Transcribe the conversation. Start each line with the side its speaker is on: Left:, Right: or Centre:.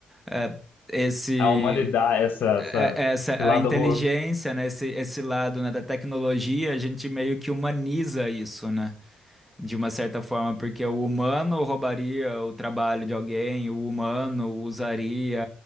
Centre: é, esse
Left: a humanidade, essa,
Centre: é-
Left: essa,
Centre: é, essa
Left: esse lado
Centre: a inteligência,
Left: ruim,
Centre: né? Esse, esse lado, né, da tecnologia, a gente meio que humaniza isso, né? De uma certa forma, porque o humano roubaria o trabalho de alguém, o humano usaria